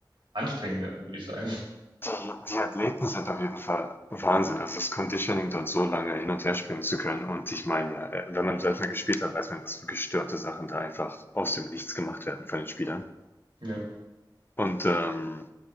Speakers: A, on the right; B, on the left.
A: anstrengender, würde ich sagen. <laughs>
B: Die, die Athleten sind auf jeden Fall Wahnsinn. Also das Conditioning dort so lange hin und her springen zu können. Und ich meine ja, äh, wenn man selbst mal gespielt hat, weiß man, was für gestörte Sachen da einfach aus dem Nichts gemacht werden von den Spielern.
A: Ja,
B: Und ähm,